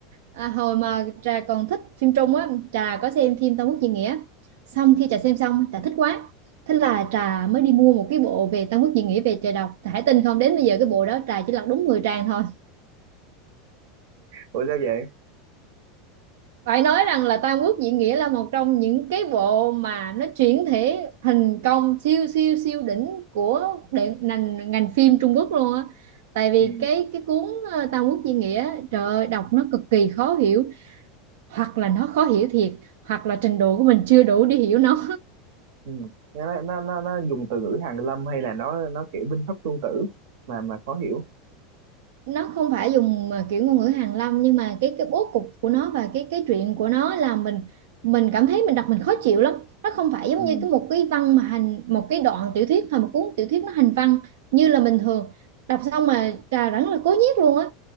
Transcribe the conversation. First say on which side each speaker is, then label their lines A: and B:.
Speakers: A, on the right; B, on the right.
A: à, hồi mà Trà còn thích phim Trung á, Trà có xem phim Tam Quốc diễn nghĩa. Xong khi Trà xem xong, Trà thích quá. Thế là Trà mới đi mua một cái bộ về Tam Quốc diễn nghĩa về Trà đọc. Trà hãy tin không, đến bây giờ cái bộ đó Trà chỉ lật đúng mười trang thôi.
B: ủa sao vậy
A: Phải nói rằng là Tam Quốc diễn nghĩa là một trong những cái bộ mà nó chuyển thể thành công siêu siêu siêu đỉnh của đệ, ngành ngành phim Trung Quốc luôn á. Tại vì
B: ừ.
A: cái cái cuốn ờ, Tam Quốc diễn nghĩa, trời ơi, đọc nó cực kỳ khó hiểu hoặc là nó khó hiểu thiệt hoặc là trình độ của mình chưa đủ để hiểu nó
B: Ừ. Nó, nó nó nó dùng từ ngữ Hàn Lâm hay là nó nó kiểu binh pháp tuân tử mà mà khó hiểu
A: nó không phải dùng mà kiểu ngôn ngữ hàn lâm nhưng mà cái cái bố cục của nó và cái cái chuyện của nó là mình mình cảm thấy mình đọc mình khó chịu lắm nó không phải giống
B: ừ.
A: như cái một cái văn mà hành một cái đoạn tiểu thuyết hay một cuốn tiểu thuyết nó hành văn như là bình thường đọc xong mà trà rất là cố nhiếc luôn á